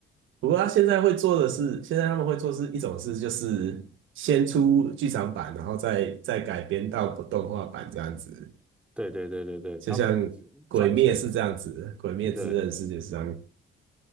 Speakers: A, on the right; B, in the centre.
A: 不过他现在会做的是，现在他们会做是一种事，就是先出剧场版，然后再再改编到动画版这样子，
B: 对对对对对，
A: 就像
B: 他们
A: 《鬼灭》是这样子，
B: 赚钱，
A: 《鬼灭之刃》是就是这样，
B: 对。